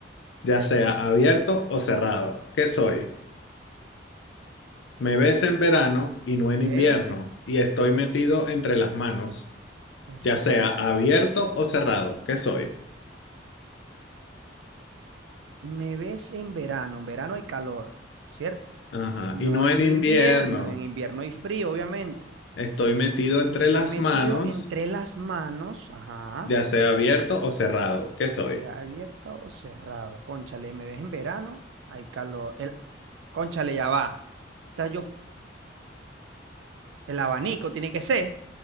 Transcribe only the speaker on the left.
ya sea abierto o cerrado. ¿Qué soy? Me ves en verano y no en
invierno, y estoy metido entre las manos,
ya sea abierto o cerrado, ¿qué soy?
Ajá,
y no
en invierno,
estoy metido entre
las
manos,
ya sea abierto o cerrado, ¿qué soy?